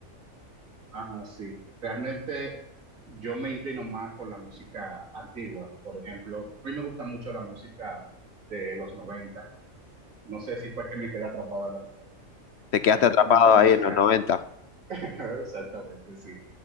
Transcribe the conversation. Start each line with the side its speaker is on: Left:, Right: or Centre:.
Right: Ah, sí. Realmente yo me inclino más por la música antigua. Por ejemplo, a mí me gusta mucho la música de los 90. No sé si fue que me quedé atrapado en los 90.
Left: Te quedaste
Right: Me gusta
Left: atrapado
Right: mucho la
Left: ahí
Right: música.
Left: en los 90,
Right: <laughs> Exactamente, sí.